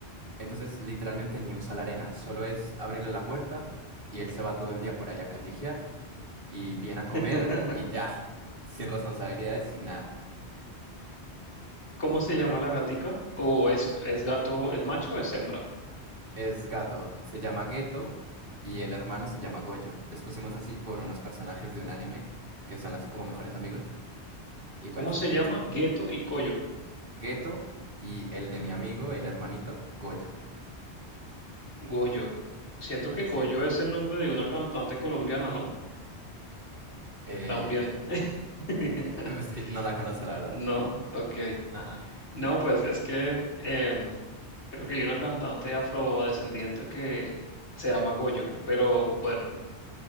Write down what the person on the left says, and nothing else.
<laughs>
¿Cómo se llama la gatica? ¿O es, es gato, es macho o es hembra?
¿Cómo
se
llama?
Gueto y Coyo.
Goyo. Siento que Goyo
es el nombre de una cantante colombiana, ¿no?
También. <laughs>
No, ok.
No, pues es que em, creo que hay una cantante afrodescendiente que se llama Goyo, pero bueno,